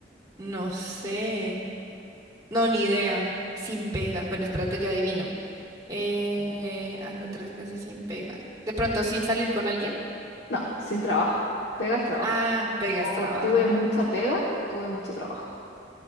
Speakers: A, on the right (about 20°); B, on the left (about 80°).
A: no sé. No, ni idea. Sin pega. Bueno, espérate, yo adivino. Eh, ando tres meses sin pega. ¿De pronto sin salir con alguien?
B: No, sin trabajo. Pega es trabajo.
A: Ah, pegas
B: O
A: trabajo.
B: tuve mucha pega, tuve mucho trabajo.